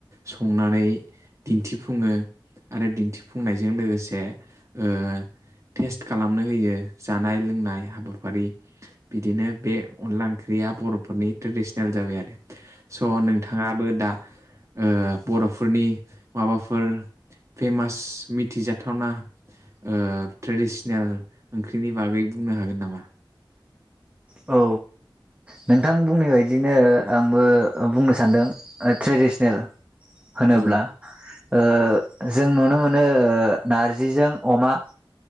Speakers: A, on the right; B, on the right.
A: संनानै दिन्थिफुङो आरो दिन्थिफुंनायजों लोगोसे ओ टेस्ट खालामनो होयो जानाय लोंनाय हाबाफारि बिदिनो बे अनला ओंख्रिया बर' फोरनि ट्रेडिसनेल जाबाय आरो। स नोंथाङाबो दा ओ बर' फोरनि माबाफोर फेमास मिथिजाथावना ओ ट्रेडिस नेल ओंख्रिनि बागै बुंनो हागोन नामा?
B: औ। नोंथां बुंनाय बायदिनो आंबो बुंनो सानदों ओ ट्रेडिसनेल होनोब्ला
A: औ
B: ओ जों नुनो मोनो ओ नारजिजों अमा